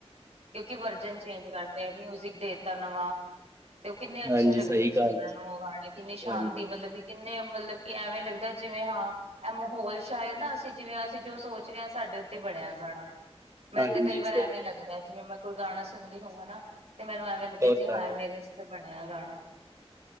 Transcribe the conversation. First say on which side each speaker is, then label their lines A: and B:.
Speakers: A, on the right (about 70°); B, on the right (about 25°).
A: ਕਿਉਂਕਿ ਵਰਜਨ ਚੇਂਜ ਕਰਤੇ ਮਿਊਜਿਕ ਦੇਤਾ ਨਵਾਂ ਤੇ ਉਹ ਕਿੰਨੇ ਅੱਛੇ
B: ਹਾਂਜੀ
A: ਲੱਗਦੇ
B: ਸਹੀ
A: ਸੁਣਨ
B: ਗੱਲ
A: ਨੂੰ ਉਹ ਗਾਣੇ ਕਿੰਨੀ
B: ਹੈ,
A: ਸ਼ਾਂਤੀ
B: ਹਾਂਜੀ,
A: ਮਤਲਬ ਕਿ ਕਿੰਨੇ ਮਤਲਬ ਕਿ ਐਵੇਂ ਲੱਗਦਾ ਜਿਵੇਂ ਹਾਂ ਇਹ ਮਾਹੌਲ ਸ਼ਾਇਦ ਆ ਅਸੀਂ ਜਿਵੇਂ ਅਸੀਂ ਜੋ ਸੋਚ ਰਹੇ ਹਾਂ ਸਾਡੇ ਉੱਤੇ ਬਣਿਆ ਗਾਣਾ ਮੈਨੂੰ
B: ਹਾਂਜੀ
A: ਤਾਂ ਕਈ ਵਾਰ
B: ਸਹੀ
A: ਐਵੇਂ ਈ
B: ਗੱਲ
A: ਲੱਗਦਾ ਜਿਵੇਂ ਮੈਂ ਕੋਈ ਗਾਣਾ ਸੁਣਦੀ ਹੋਵਾਂ ਨਾ ਤੇ ਮੈਨੂੰ ਐਵੇਂ ਲੱਗਦਾ
B: ਉਹ
A: ਜੀ
B: ਤਾਂ
A: ਹਾਂ
B: ਹੈ,
A: ਮੇਰੇ ਵਸਤੇ ਬਣਿਆ ਗਾਣਾ